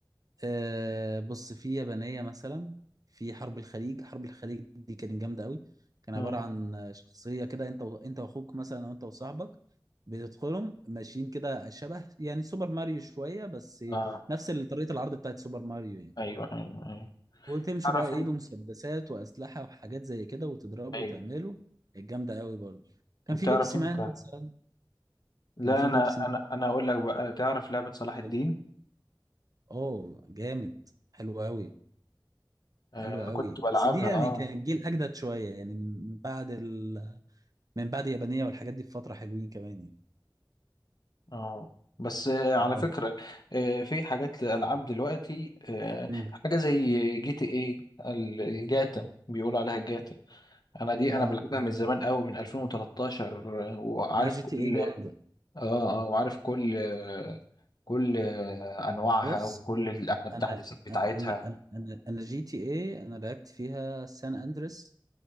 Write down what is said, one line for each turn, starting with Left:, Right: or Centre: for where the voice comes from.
Right: آه بص في يابانية مثلا في حرب الخليج حرب الخليج دي كانت جامدة قوي كان
Left: مم.
Right: عبارة عن شخصية كده انت و... انت واخوك مثلا او انت وصاحبك بتدخلهم ماشيين كده شبه يعني سوبر ماريو شوية بس
Left: اه
Right: نفس طريقة العرض بتاعت سوبر ماريو يعني
Left: ايوه ايوه ايوه
Right: وتمشوا
Left: تعرف
Right: بقى ايه
Left: انت
Right: بمسدسات واسلحه وحاجات زي كده وتضربوا
Left: ايوه
Right: وتعملوا الجامده قوي برضه كان
Left: انت
Right: في
Left: تعرف
Right: بيبسي
Left: انت
Right: مان مثلا
Left: لا
Right: كان في
Left: انا
Right: بيبسي
Left: انا انا اقول لك بقى تعرف لعبه صلاح الدين
Right: مان اه جامد حلو قوي
Left: آه
Right: حلو قوي
Left: كنت بلعبها
Right: بس دي يعني
Left: اه
Right: كان جيل اجدد شويه يعني من بعد ال... من بعد اليابانيه والحاجات دي بفتره حلوين كمان يعني
Left: اه بس آه على
Right: اه
Left: فكره آه في حاجات الالعاب دلوقتي آه
Right: مم.
Left: حاجه زي جي تي ايه ال- الجاتا بيقولوا عليها الجاتا انا دي
Right: اه
Left: انا بلعبها من زمان قوي من 2013 آه، وعارف
Right: لا جي
Left: كل
Right: تي ايه جامده
Left: اه اه وعارف كل كل انواعها
Right: بص
Left: وكل التحديثات
Right: انا
Left: بتاعتها
Right: انا انا انا, أنا جي تي ايه انا لعبت فيها سان اندريس